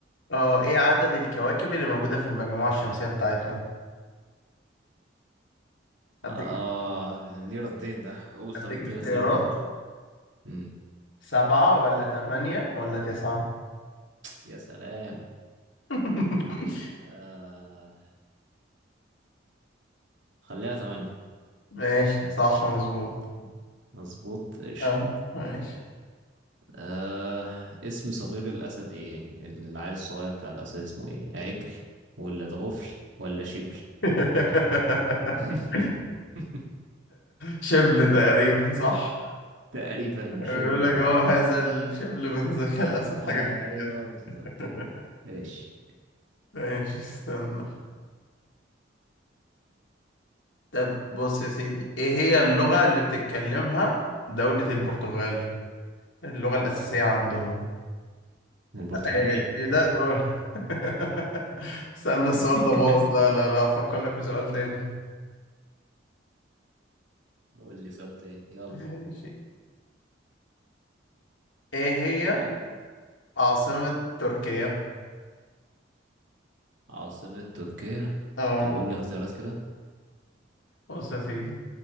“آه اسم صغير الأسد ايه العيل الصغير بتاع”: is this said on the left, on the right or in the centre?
Right